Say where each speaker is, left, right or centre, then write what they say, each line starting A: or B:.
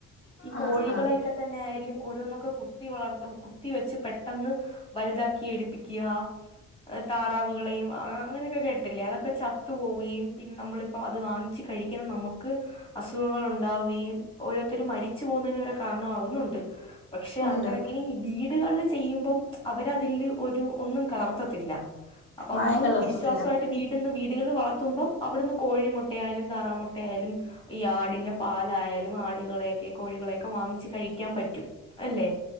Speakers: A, on the left; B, on the left.
A: ഇല്ലേ
B: ഈ കോഴികളെയൊക്കെ തന്നെ- ആയാലും ഓരോന്നൊക്കെ, കുത്തി വളർത്ത, കുത്തി വെച്ച് പെട്ടെന്ന് വലുതാക്കി എടിപ്പിക്കുക, താറാവുകളെയും, അങ്ങനെയൊക്കെ കേട്ടില്ലേ. അതൊക്കെ ചത്തു പോവുകയും പിന്നെ നമ്മളിപ്പോ അത് വാങ്ങി- ച്ചി കഴിക്കുന്ന നമക്ക് അസുഖങ്ങളും ഉണ്ടാവും. ഉണ്ടാവുകയും, ഓരോരുത്തരും മരിച്ചു പോകുന്നതിന് വരെ കാരണവുന്നുണ്ട്, പക്ഷെ-
A: ഉണ്ട്
B: കണക്കിന് ഈ വീടുകളില് ചെയ്യുമ്പം അവരതില് ഒരു ഒന്നും കലർത്തത്തില്ല. അപ്പോ നമക്ക്
A: മായം കലർത്തത്തില്ല
B: വിശ്വാസയിട്ട് വീട്ന്ന്, വീടുകൾ വളർത്തുമ്പം അവിടുന്ന് കോഴി മുട്ട ആയാലും താറാ മുട്ട. ട്ടയാലും ഈ ആടിന്റെ- പാലായാലും ആടുകളെയൊക്കെ, കോഴികളെയൊക്കെ വാങ്ങിച്ച് കഴിക്കാൻ പറ്റും അല്ലേ?